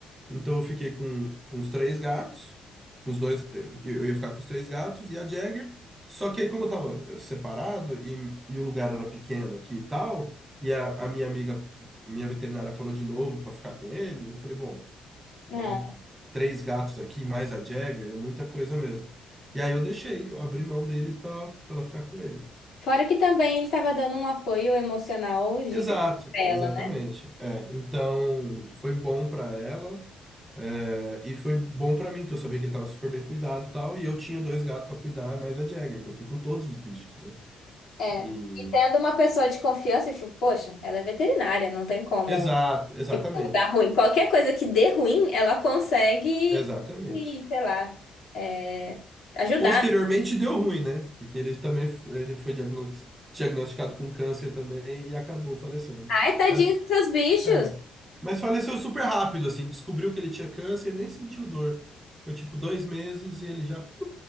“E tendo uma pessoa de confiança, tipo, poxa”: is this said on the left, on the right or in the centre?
Left